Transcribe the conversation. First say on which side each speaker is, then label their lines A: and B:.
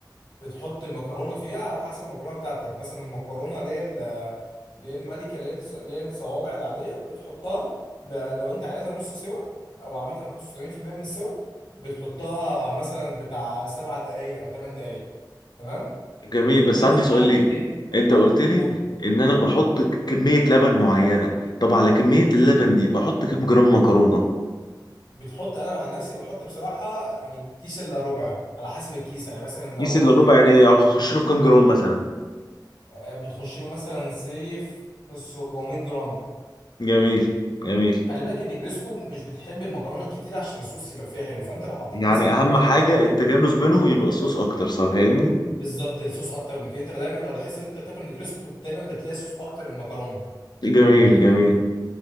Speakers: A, on the left; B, on the left.
A: بتحط المكرونه فيها على حسب المكرونه بتاعتك مثلا المكرونه اللي هي ال- اللي هي الملكه اللي هي الص- اللي هي الصوابع العاديه بتحطها ب... لو انت عايزها نص سوا او عامه 75% من السوا بتحطها مثلا بتاع سبع دقائق او ثمان دقائق تمام
B: جميل بس
A: وانت
B: عندي
A: بتعرف
B: سؤال ليك
A: منين
B: انت قلت لي
A: قول
B: ان انا بحط ك- كميه لبن معينه طب على كميه اللبن دي بحط كام جرام مكرونه
A: بتحط انا عن نفسي بحط بصراحه يعني كيس الا ربع على حسب الكيس يعني مثلا لو
B: كيس
A: هو
B: الا
A: كيلو
B: ربع يعني اخش له في كام جرام مثلا
A: آه، بتخش له مثلا سيف 700 جرام
B: جميل جميل
A: خلي بالك ان جريسكو مش بتحب المكرونه الكتير عشان الصوص يبقى فيها حلو فانت لو حطيت
B: يعني
A: مثلا كميه
B: اهم حاجة
A: مكرونه
B: التجانس بينهم يبقى صوص اكتر صح فاهمني
A: بالظبط الصوص اكتر من كده انت دايما لو لاحظت ان انت بتاكل نجريسكو بت- دايما بتلاقي صوص اكتر من المكرونه
B: جميل
A: فاهمني
B: جميل